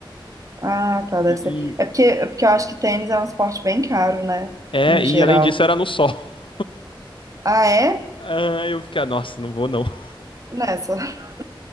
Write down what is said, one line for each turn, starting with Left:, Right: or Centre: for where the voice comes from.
Right: Ah, tá, deve
Left: E,
Right: ser.
Left: e-
Right: É porque, é porque eu acho que tênis é um esporte bem caro, né?
Left: é,
Right: Em geral.
Left: e além disso era no sol. <laughs>
Right: Ah, é?
Left: Ah, eu ficava, nossa, não vou não. <laughs>
Right: Nessa. <laughs>